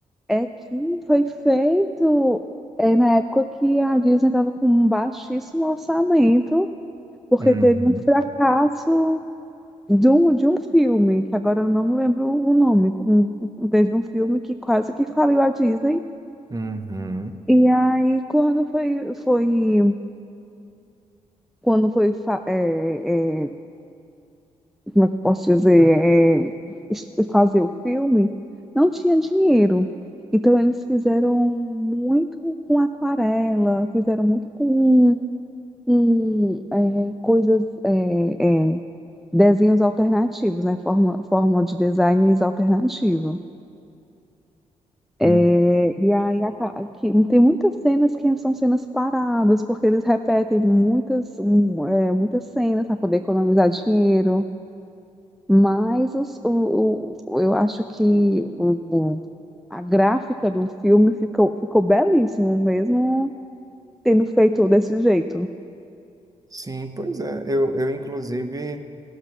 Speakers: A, in the centre; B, on the right.
A: é que foi feito é, na época que a Disney estava com um baixíssimo orçamento, porque
B: Uhum.
A: teve um fracasso de um, de um filme, que agora eu não me lembro o nome. Um- um- teve um filme que quase que faliu a Disney.
B: Uhum.
A: E aí, quando foi, foi, quando foi, fa- é, é, como é que eu posso dizer, é, est- fazer o filme, não tinha dinheiro. Então eles fizeram muito com aquarela, fizeram muito com com, é, coisas, é, é, desenhos alternativos, né? Forma, forma de designs alternativo.
B: uhum.
A: É, e aí aca- que, tem muitas cenas que são cenas paradas, porque eles repetem muitas, um, é, muitas cenas para poder economizar dinheiro. Mas os- o, o- eu acho que o- a gráfica do filme ficou, ficou belíssimo, mesmo tendo feito desse jeito.
B: Sim, pois é. Eu, eu inclusive,